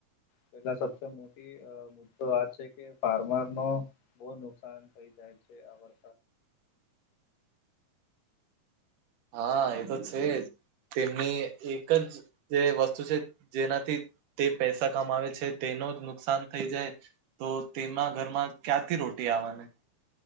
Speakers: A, on the left (about 80°); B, on the right (about 75°).
A: પેલા સબથી મોટી મુદ્દો આ છે કે ફાર્મર નો બહુ નુકસાન થઈ જાય છે આ વર્
B: હા એતો છેજ તેમની એક જ જે વસ્તુ છે જેનાથી તે પૈસા કમાવે છે તેનો નુકસાન થઈ જાય. તો તેના ઘરમાં ક્યાંથી રોટી આવવાની.